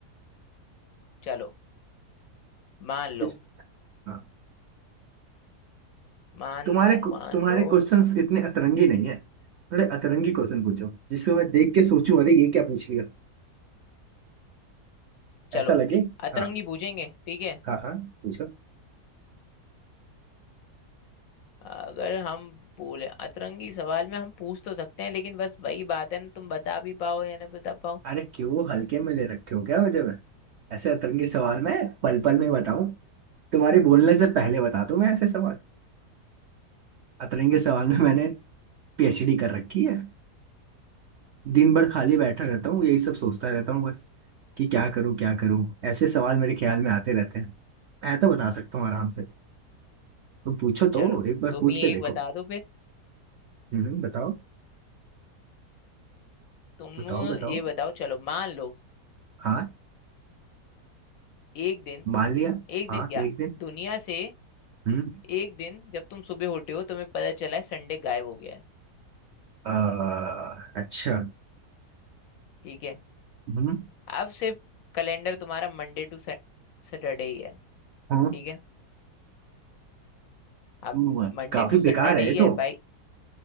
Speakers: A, on the left; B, on the right.
A: चलो मान लो
B: इस- हाँ
A: मान
B: तुम्हारे
A: लो
B: कु-
A: मान
B: तुम्हारे
A: लो
B: क्वेश्चंस इतने अतरंगी नहीं है थोड़े अतरंगी क्वेश्चन पूछो जिसको मैं देख के सोचूं अरे ये क्या पूछ लिया
A: चलो
B: ऐसा लगे
A: अतरंगी
B: हाँ
A: पूछेंगे ठीक है
B: हाँ हाँ पूछो
A: अगर हम बोले अतरंगी सवाल में हम पूछ तो सकते हैं लेकिन बस वही बात है ना तुम बता भी पाओ या ना बता पाओ
B: अरे क्यों हल्के में ले रखे हो क्या मुझे मैं ऐसे अतरंगी सवाल मैं पल पल में बताऊं तुम्हारे बोलने से पहले बता दूं मैं ऐसे सवाल अतरंगी सवाल में मैंने पीएचडी कर रखी है दिन भर खाली बैठा रहता हूँ यही सब सोचता रहता हूँ बस कि क्या करूँ क्या करूँ ऐसे सवाल मेरे ख्याल में आते रहते हैं मैं तो बता सकता हूँ आराम से तुम पूछो
A: चलो
B: तो एक बार
A: तुम
B: पूछ
A: ही
B: के
A: एक
B: देखो
A: बता दो फिर
B: हम्म बताओ
A: तुम
B: बताओ बताओ
A: ये बताओ चलो मान लो
B: हाँ
A: एक दिन
B: मान लिया
A: एक
B: हाँ
A: दिन क्या
B: एक दिन
A: दुनिया से
B: हम्म
A: एक दिन जब तुम सुबह उठे हो तुम्हें पता चला है संडे गायब हो गया है
B: आ, अच्छा
A: ठीक है
B: हम्म
A: अब सिर्फ कैलेंडर तुम्हारा मंडे टू सैटरडे ही है ठीक
B: हाँ
A: है अब
B: हुआ। है।
A: मंडे
B: काफी
A: टू
B: बेकार
A: सैटरडे
B: है
A: ही
B: ये तो
A: है भाई